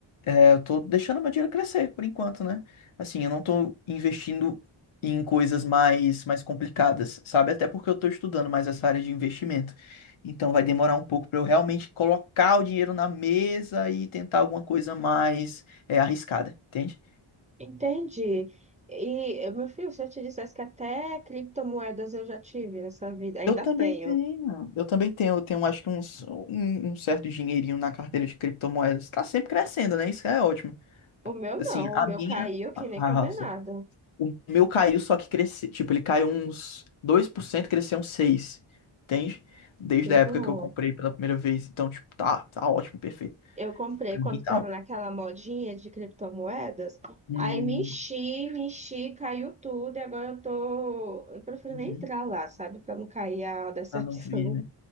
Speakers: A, on the left; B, on the right.
A: eu tô deixando meu dinheiro crescer por enquanto, né? Assim, eu não tô investindo em coisas mais mais complicadas, sabe? Até porque eu tô estudando mais essa área de investimento. Então vai demorar um pouco para eu realmente colocar o dinheiro na mesa e tentar alguma coisa mais é, arriscada, entende?
B: Entendi. E, meu filho, se eu te dissesse que até criptomoedas eu já tive nessa vida, ainda
A: Eu também
B: tenho.
A: tenho, eu também tenho, eu tenho acho que uns, um, um certo dinheirinho na carteira de criptomoedas. Tá sempre crescendo, né? Isso é ótimo.
B: O meu
A: Assim,
B: não,
A: a
B: o meu
A: minha.
B: caiu que
A: Ah,
B: nem condenado.
A: O meu caiu, só que cresceu. Tipo, ele caiu uns 2% cresceu uns 6%. Entende? Desde
B: Que
A: a
B: bom.
A: época que eu comprei pela primeira vez. Então, tipo, tá, tá ótimo, perfeito.
B: Eu comprei
A: Pra
B: quando
A: mim tá
B: tava
A: ótimo.
B: naquela modinha de criptomoedas.
A: Hum,
B: Aí me enchi, me enchi, caiu tudo. E agora eu tô. Eu prefiro
A: uhum,
B: nem entrar lá, sabe? Pra não cair a decepção.
A: pra não vir, né?
B: <laughs>